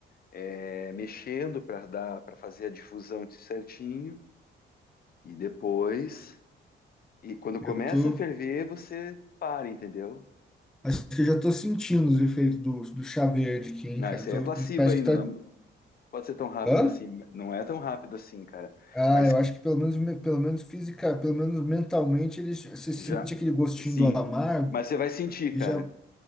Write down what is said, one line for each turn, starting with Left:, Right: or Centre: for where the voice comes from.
Left: é, mexendo para dar, para fazer a difusão certinho e depois, e quando
Centre: eu
Left: começa
Centre: tô,
Left: a ferver, você para, entendeu?
Centre: acho que eu já tô sentindo os efeitos do, do chá verde aqui, hein,
Left: Não,
Centre: cara?
Left: isso
Centre: Tô-
Left: aí é placebo
Centre: parece
Left: ainda,
Centre: que tá,
Left: não, Pode ser tão rápido
Centre: hã?
Left: assim, não é tão rápido assim, cara.
Centre: Ah,
Left: Mas
Centre: eu acho que pelo menos, pelo menos física, pelo menos mentalmente, ele já- você sente
Left: já,
Centre: aquele gostinho
Left: sim.
Centre: do amargo
Left: Mas você vai sentir,
Centre: e
Left: cara.
Centre: já,